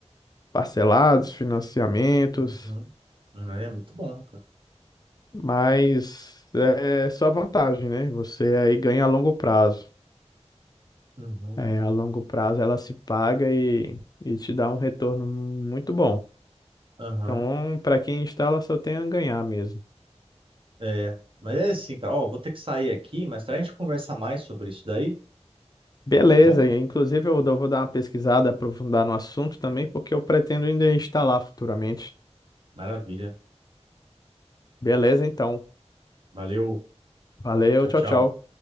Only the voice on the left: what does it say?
parcelados, financiamentos,
mas é só vantagem, né? Você aí ganha a longo prazo.
Eh, a longo prazo ela se paga e, e te dá um retorno muito bom.
Então, para quem instala, só tem a ganhar mesmo.
Beleza,
e inclusive eu dou- vou dar uma pesquisada, aprofundar no assunto também, porque eu pretendo ainda instalar futuramente.
Beleza, então.
Valeu,
tchau,
tchau.